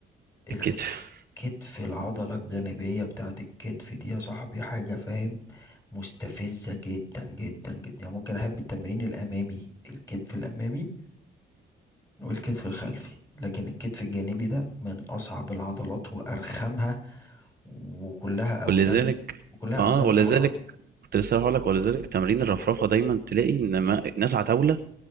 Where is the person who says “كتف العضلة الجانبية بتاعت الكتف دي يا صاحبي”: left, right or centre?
Left